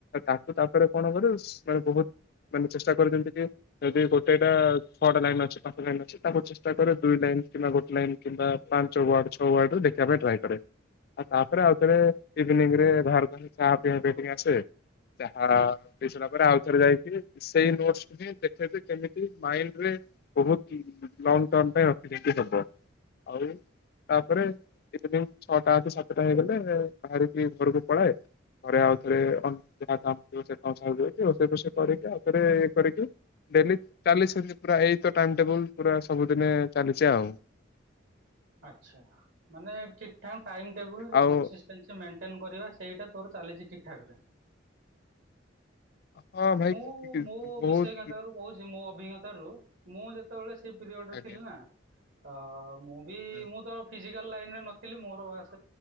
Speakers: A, on the left; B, on the right.
A: ତାକୁ ତାପରେ କଣ
B: ହୁଁ
A: କରୁ ମାନେ ବହୁତ ମାନେ ଚେଷ୍ଟା କରୁ ଯେମିତି ଟିକେ ଯଦି ଗୋଟେଟା ଛଅଟା ଲାଇନ୍ ଅଛି ପାଞ୍ଚ ଲାଇନ୍ ଅଛି ତାକୁ ଚେଷ୍ଟା କର ଦୁଇ ଲାଇନ୍ କିମ୍ବା ଗୋଟେ ଲାଇନ୍ କିମ୍ବା ପାଞ୍ଚ ୱାର୍ଡ ଛଅ ୱାର୍ଡରେ ଦେଖିବା ପାଇଁ ଟ୍ରାଏ କରେ ଆଉ ତାପରେ ଆଉ ଥରେ ଇଭିନିଂ ରେ ଭାରକୁ ଆସି ଚା ପିଇବା ପାଇଁ ଟିକେ ଆସେ ଚାହା ପିଇ ସାରିଲା ପରେ ଆଉ ଥରେ ଯାଇକି ସେଇ ନୋଟ୍ସ ଏଁ ଦେଖେ ଯେ କେମିତି ମାଇଣ୍ଡରେ ବହୁତି ଲଙ୍ଗ ଟମ୍ର ପାଇଁ ରଖିଦେଇକି ହବ। ଆଉଁ ତାପରେ ଇଭିନିଂ ଛଅଟା କି ସାତଟା ହେଇଗଲେ ଭାହାରିକି ଘରକୁ ପଳାଏ ଘରେ ଆଉ ଥରେ ଅନ ଯାହା କାମଥିବ ସେ କାମ ସାରି ଦେଇକି ରୋଷେଇ ଫଷେଇ କରିକି ଆଉ ଥରେ ଇଏ କରିକି ଡେଲି ଚାଲିଚି ଏମିତି ପୁରା ଏଇ ଟାଇମ୍ ଟେବୁଲ ପୁରା ସବୁଦିନେ ଚାଲିଛି ଆଉଁ।
B: ଆଚ୍ଛା। ମାନେ ଠିକ ଠାକ ଟାଇମ୍ ଟେବୁଲ
A: ଆଉ
B: କଂସେ୍ସେ ସ୍ଟାନସି ମେନଟେନ୍ କରିବା ସେଇଟା ତୋର ଚାଲିଛି ଠିଁକ ଠାକ ରେ।
A: ହଁ ଭାଇ
B: ମୁଁ
A: କି- କି-
B: ମୋ
A: ବହୁତ
B: ବିଷୟଜ୍ଞତାରୁ କହୁଛି ମୋ ଅଭିଜ୍ଞତା ର ମୁଁ ଯେତେବେଳେ ସେଇ ପିରିୟଡ ରେ
A: ଆଜ୍ଞା
B: ଥିଲି ନାଁ ଆଁ ମୁଁ ବି
A: ହଁ
B: ମୁଁ ତ? ଫିଜିକାଲ ଲାଇନରେ ନଥିଲି ମୋର ବାସ